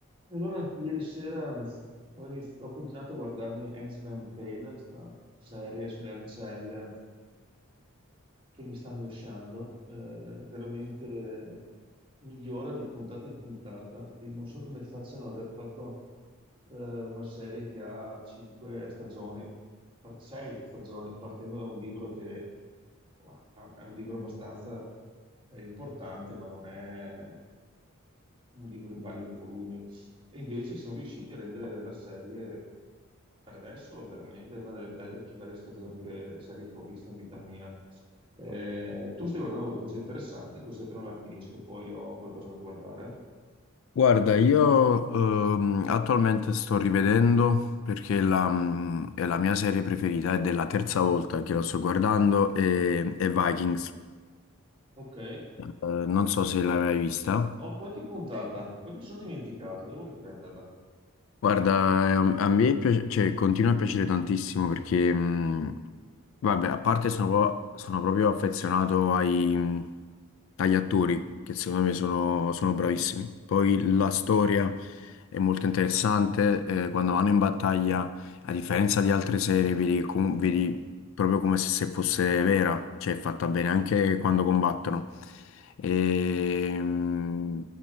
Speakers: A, on the right; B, on the left.
A: E allora ieri sera mm, ho, iniz- ho continuato a guardarmi Handmaid's Tale, questa serie sulle ancelle che mi sta angosciando, eh, veramente migliora di puntata in puntata. Di- Non so come facciano ad aver fatto eh, una serie che ha cinque stagioni, par- sei stagioni, partendo da un libro che insomma, è un libro abbastanza eh, importante, ma non è un libro in vari volumi, e invece sono riusciti a rendere la serie, per adesso, è veramente una delle belle- più belle stagioni che, serie che ho visto in vita mia. Eh, tu stai guardando qualcosa di interessante, così appena la finisco poi ho qualcosa da guardare.
B: Guarda, io ehm, attualmente sto rivedendo perché la, mm, è la mia serie preferita, ed è la terza volta che la sto guardando, e è Vikings.
A: Ok,
B: Eh, non so se l'hai mai vista.
A: ho qualche puntata, poi mi sono dimenticato, devo riprenderla.
B: Guarda, ehm, a me piace- cioè, continua a piacere tantissimo perché, mh, vabbè, a parte sono, pro- sono proprio affezionato ai, mh, agli attori, che secondo me sono, sono bravissimi. Poi la storia è molto interessante, eh, quando vanno in battaglia, a differenza di altre serie, vedi, che com- vedi proprio come se, se fosse vera, cioè è fatta bene anche quando combattono. E, mm,